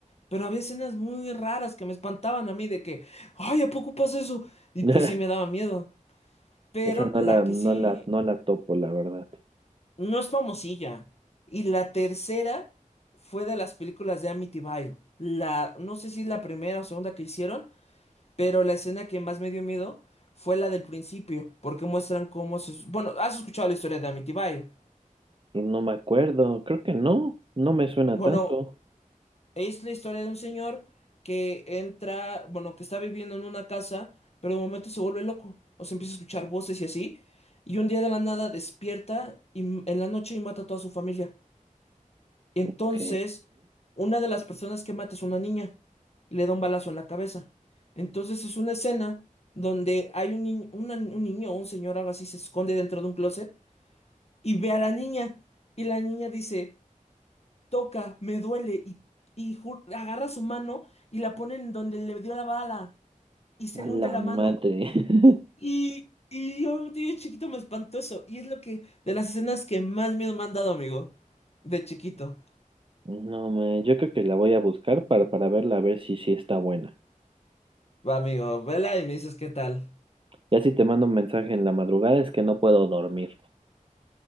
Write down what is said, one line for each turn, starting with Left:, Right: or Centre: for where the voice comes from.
Left: Pero había escenas muy raras que me espantaban a mí de que, ay, ¿a poco pasa eso? Y
Right: <laughs>
Left: pues sí me daba miedo. Pero
Right: Esa no
Left: la
Right: la,
Left: que
Right: no
Left: sí
Right: la, no la topo, la verdad.
Left: no es famosilla. Y la tercera fue de las películas de Amityville. La, no sé si es la primera o segunda que hicieron, pero la escena que más me dio miedo fue la del principio, porque muestran cómo se... Bueno, ¿has escuchado la historia de Amityville?
Right: No me acuerdo, creo que no, no me suena
Left: Bueno,
Right: tanto.
Left: es la historia de un señor que entra, bueno, que está viviendo en una casa, pero de momento se vuelve loco, o se empieza a escuchar voces y así, y un día de la nada despierta y, en la noche y mata a toda su familia. Y entonces,
Right: Ok,
Left: una de las personas que mata es una niña. Le da un balazo en la cabeza. Entonces es una escena donde hay un, niño, un niño o un señor, algo así, se esconde dentro de un closet y ve a la niña. Y la niña dice, toca, me duele. Y, y ju- agarra su mano y la pone en donde le dio la bala. Y se
Right: a
Left: le
Right: la
Left: hunde la
Right: madre.
Left: mano.
Right: <laughs>
Left: Y, y, y yo, de chiquito, me espantó eso. Y es lo que, de las escenas que más miedo me han dado, amigo. De chiquito.
Right: No, me, yo creo que la voy a buscar para, para verla, a ver si sí está buena.
Left: Va, amigo, vela y me dices qué tal.
Right: Ya si te mando un mensaje en la madrugada es que no puedo dormir.